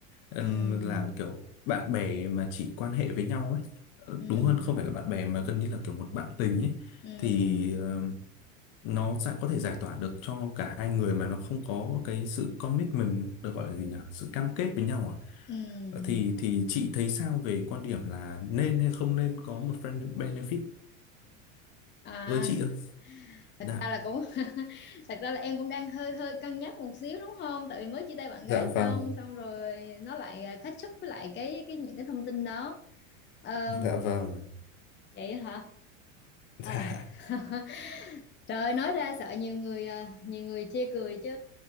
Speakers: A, on the left; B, on the left.
A: Ừm,
B: ừ,
A: là kiểu bạn bè mà chỉ quan hệ với nhau ấy Ờ,
B: ừ,
A: đúng hơn không phải là bạn bè mà gần như là kiểu một bạn tình ấy
B: ừ,
A: thì ờ, nó sẽ có thể giải tỏa được cho cả hai người mà nó không có cái sự commitment được gọi là gì nhỉ sự cam kết với nhau à
B: ừ.
A: thì thì chị thấy sao về quan điểm là nên hay không nên có một friend benefit
B: À,
A: với chị ơi
B: thật
A: dạ
B: ra là cũng <laughs> thật ra là em cũng đang hơi hơi cân nhắc một xíu đúng không? Tại vì mới chia tay bạn
A: Dạ
B: gái xong
A: vâng,
B: xong rồi nó lại à, catch up với lại cái cái những cái thông tin đó. Ờ,
A: dạ vâng,
B: vậy hả?
A: dạ,
B: Ờ. <laughs> Trời ơi, nói ra sợ nhiều người ờ, nhiều người chê cười chứ